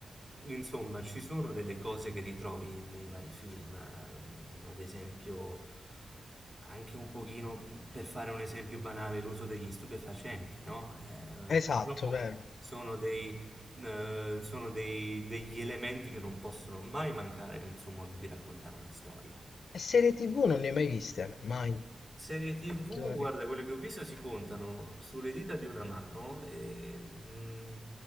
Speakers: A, on the right (about 20°); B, on the left (about 70°).
A: insomma, ci sono delle cose che ritrovi nei vari film, ehm, ad esempio anche un pochino, per fare un esempio banale, l'uso degli stupefacenti, no? Eh,
B: Esatto,
A: purtroppo
B: vero.
A: sono dei, eh, sono dei- degli elementi che non possono mai mancare nel suo modo di raccontare una storia.
B: E serie TV non ne hai mai viste? Mai.
A: Serie TV,
B: Non ti vorrei-
A: guarda, quelle che ho visto si contano sulle dita di una mano e mm,